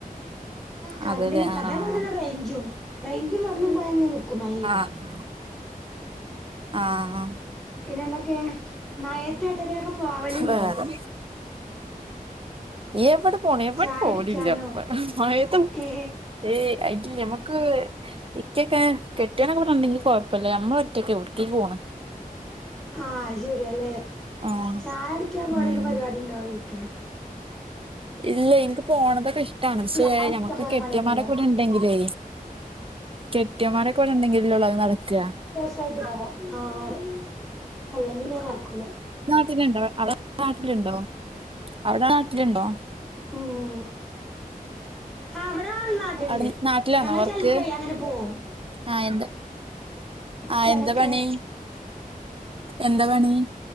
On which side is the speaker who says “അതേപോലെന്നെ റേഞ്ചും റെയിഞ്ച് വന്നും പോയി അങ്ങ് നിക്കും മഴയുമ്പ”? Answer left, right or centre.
Centre